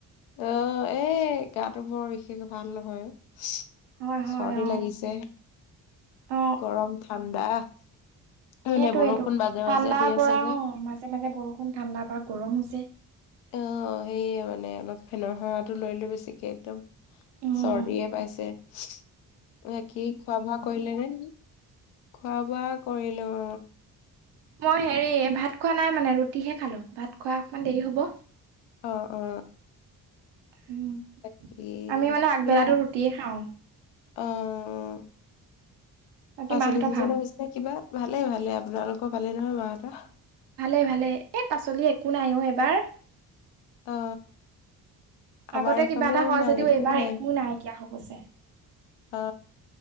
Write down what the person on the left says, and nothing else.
অহ এ গাটো বৰ বিশেষ ভাল নহয়।
চৰ্দি
লাগিছে,
গৰম ঠাণ্ডা। মানে
বৰষুণ মাজে মাজে
দি আছে
যে।
অ সেইয়ে মানে অলপ ফেনৰ সেৱাটো লৈ লৈ বেছিকে একদম।
চৰ্দিয়ে পাইছে। <unintelligible> অ একেই খোৱা বোৱা কৰিলে নে? খোৱা বোৱা কৰিলোঁ।
অ অ
তাকে
কি আৰু।
অঁ অঁ।
পাচলে
যি
জনৰ হৈছিলে কিবা ভালে ভালে আপোনালোক। আকৌ পালে নহয় মা এটা।
অ। আমাৰ
এইফালেও
নাই
নাই
অ